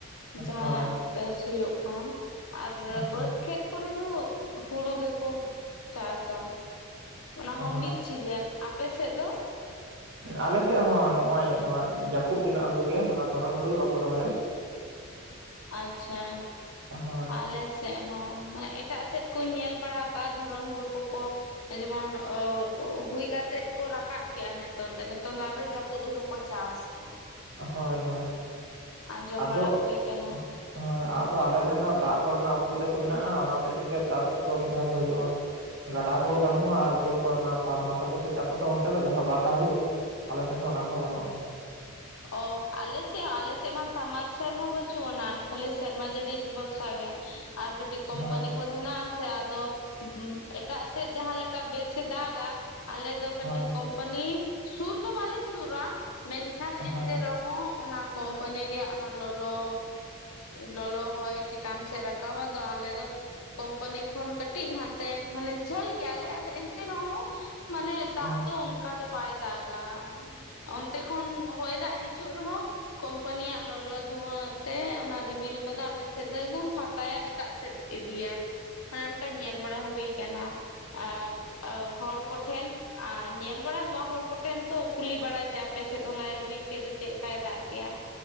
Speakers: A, on the left; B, on the right.
A: ᱡᱟᱦᱟᱸᱭ
B: ᱦᱳᱭ
A: ᱟᱜ ᱵᱮᱥ ᱦᱩᱭᱩᱜ ᱠᱷᱟᱱ ᱟᱨ
B: ᱦᱳᱭ
A: ᱵᱟᱹᱫᱽ ᱠᱷᱮᱛ ᱠᱚᱨᱮ ᱫᱚ ᱦᱩᱲᱩ ᱜᱮᱠᱚ ᱪᱟᱥᱟ ᱚᱱᱟ ᱦᱚᱸ
B: ᱦᱳᱭ
A: ᱢᱤᱫ ᱥᱤᱡᱮᱱ ᱟᱯᱮ ᱥᱮᱫ ᱫᱚ?
B: ᱟᱞᱮᱥᱮᱫ ᱦᱚᱸ ᱱᱚᱜᱼᱚᱭ ᱱᱚᱣᱟ ᱡᱟᱹᱯᱩᱫ ᱫᱤᱱᱟᱜ ᱦᱩᱲᱩ ᱜᱮ ᱫᱷᱚᱨᱚᱱ ᱦᱩᱲᱩ ᱫᱚ ᱵᱟᱠᱚ ᱨᱚᱦᱚᱭᱟ <inaudible>
A: ᱟᱪᱪᱷᱟ
B: ᱦᱳᱭ
A: ᱟᱞᱮ ᱥᱮᱫ ᱦᱚᱸ ᱢᱟᱱᱮ ᱮᱴᱟᱜ ᱥᱮᱫ ᱠᱚᱧ ᱧᱮᱞ ᱵᱟᱲᱟ ᱟᱠᱟᱜᱼᱟ ᱫᱷᱚᱨᱚᱱ ᱦᱩᱲᱩ ᱠᱚᱠᱚ ᱡᱮᱢᱚᱱ ᱦᱩᱭ ᱠᱟᱛᱮᱜ ᱠᱚ ᱨᱟᱠᱟᱵ ᱠᱮᱜᱼᱟ ᱱᱤᱛᱚᱝ ᱫᱚ ᱱᱤᱛᱚᱝ ᱫᱚ ᱟᱨᱦᱚᱸ ᱡᱟᱹᱯᱩᱫ ᱦᱩᱲᱩ ᱠᱚ ᱪᱟᱥ <unintelligible>
B: ᱦᱳᱭ
A: ᱮᱫᱟ
B: ᱦᱳᱭ
A: ᱟᱸᱡᱚᱢ
B: ᱟᱫᱚ
A: ᱵᱟᱲᱟ ᱦᱩᱭ ᱟᱠᱟᱱᱟ
B: ᱦᱳᱭ ᱟᱫᱚ ᱟᱞᱮ ᱴᱷᱮᱱ ᱫᱚ ᱫᱟᱜ ᱠᱚᱨᱮᱱᱟᱜ ᱚᱥᱩᱵᱤᱫᱟ ᱠᱚ ᱢᱮᱱᱟᱜᱼᱟ ᱚᱱᱟ ᱦᱚᱛᱮᱜ ᱛᱮᱜᱮ ᱪᱟᱥ ᱠᱚᱫᱚ ᱢᱤᱫ ᱫᱷᱟᱣ ᱜᱮ ᱦᱩᱭᱩᱜᱼᱟ ᱜᱟᱰᱟ ᱠᱚ ᱵᱟᱹᱱᱩᱜᱼᱟ ᱟᱨ ᱫᱤᱭᱮᱯᱚᱨ ᱚᱱᱟ ᱥᱟᱵᱢᱥᱟᱞ ᱠᱚᱫᱚ ᱠᱚ ᱪᱟᱥᱟ ᱛᱚ ᱚᱱᱛᱮ ᱫᱚ ᱡᱟᱦᱟᱸ ᱵᱟᱨ ᱫᱷᱟᱣ ᱦᱩᱭᱩᱜ ᱟᱞᱮᱥᱮᱱ ᱫᱚ ᱚᱱᱟ ᱠᱚᱦᱚᱸ ᱵᱟᱹᱱᱩᱜᱼᱟ
A: ᱚ ᱟᱞᱮ ᱥᱮᱫ ᱦᱚᱸ ᱟᱞᱮᱥᱮᱫ ᱢᱟ ᱥᱟᱢᱟᱨᱥᱟᱞ ᱦᱚᱸ ᱵᱟᱹᱪᱩᱜ ᱟᱱᱟ ᱠᱷᱟᱹᱞᱤ ᱥᱮᱨᱢᱟ ᱡᱲᱤ ᱵᱚᱨᱥᱟ ᱜᱮ ᱟᱨ ᱠᱟᱹᱴᱤᱠ ᱠᱚᱢᱯᱟᱱᱤ
B: ᱦᱳᱭ
A: ᱠᱚ ᱦᱮᱱᱟᱜᱼᱟ ᱥᱮ ᱟᱫᱚ ᱮᱴᱟᱜ ᱥᱮᱫ ᱡᱟᱦᱟᱸ ᱞᱮᱠᱟ ᱵᱮᱥᱮ ᱫᱟᱜᱟ ᱟᱞᱮ ᱟᱫᱚ ᱠᱟᱹᱴᱤᱡ
B: ᱦᱳᱭ
A: ᱠᱳᱢᱯᱟᱹᱱᱤ ᱥᱩᱨ ᱫᱚ ᱵᱟᱞᱮ ᱥᱩᱨᱟ ᱢᱮᱱᱠᱷᱟᱱ ᱮᱱᱛᱮ
B: ᱦᱳᱭ
A: ᱨᱮᱦᱚᱸ ᱦᱚᱸ ᱚᱱᱟ ᱠᱚᱢᱯᱟᱱᱤ ᱨᱮᱭᱟᱜ ᱚᱱᱟ ᱞᱚᱞᱚ ᱞᱚᱞᱚ ᱦᱚᱭ ᱪᱮᱛᱟᱱ ᱥᱮᱫ ᱨᱟᱠᱟᱵᱼᱟ ᱫᱚ ᱟᱞᱮ ᱫᱚ ᱠᱳᱢᱯᱟᱹᱱᱤ ᱠᱷᱚᱱ ᱠᱟᱹᱴᱤᱡ ᱱᱟᱛᱮ ᱢᱟᱱᱮ ᱡᱷᱟᱹᱞ ᱜᱮᱭᱟᱞᱮ ᱟᱫᱚ ᱮᱱᱛᱮ ᱮᱱᱛᱮ ᱨᱮᱦᱚᱸ ᱢᱟᱱᱮ ᱫᱟᱜ
B: ᱦᱳᱭ ᱦᱳᱭ
A: ᱫᱚ ᱚᱱᱠᱟ ᱫᱚ ᱵᱟᱭ ᱫᱟᱜᱟ ᱚᱱᱛᱮ ᱠᱷᱚᱱ ᱦᱚᱭ ᱫᱟᱜ ᱦᱤᱡᱩᱜ ᱨᱮᱦᱚᱸ ᱠᱳᱢᱯᱟᱱᱤᱭᱟᱜ ᱞᱚᱞᱚ ᱫᱷᱩᱣᱟᱹᱜ ᱛᱮ, ᱚᱱᱟ ᱨᱤᱢᱤᱞ ᱠᱚᱫᱚ ᱟᱞᱮᱥᱮᱫ ᱫᱚ ᱮᱠᱫᱚᱢ ᱯᱷᱟᱠᱟᱭᱟ ᱮᱴᱟᱜ ᱥᱮᱫ ᱤᱫᱤᱭᱟ, ᱚᱱᱮ ᱚᱱᱠᱟ ᱧᱮᱞ ᱵᱟᱲᱟ ᱦᱩᱭ ᱠᱟᱱᱟ᱾ ᱟᱨ ᱚ ᱦᱚᱲ ᱠᱚᱴᱷᱮᱱ ᱟᱨ ᱧᱮᱞ ᱵᱟᱲᱟ ᱱᱚᱣᱟ ᱦᱚᱲ ᱠᱚ ᱴᱷᱮᱱ ᱛᱚ ᱠᱩᱞᱤ ᱵᱟᱲᱟᱭ ᱡᱮ ᱟᱯᱮ ᱥᱮᱫ ᱦᱚᱞᱟᱭ ᱨᱤᱢᱤᱞ ᱠᱮᱫ ᱫᱚ ᱪᱮᱫ ᱞᱮᱠᱟᱭ ᱫᱟᱜ ᱠᱮᱫᱮᱜᱼᱟ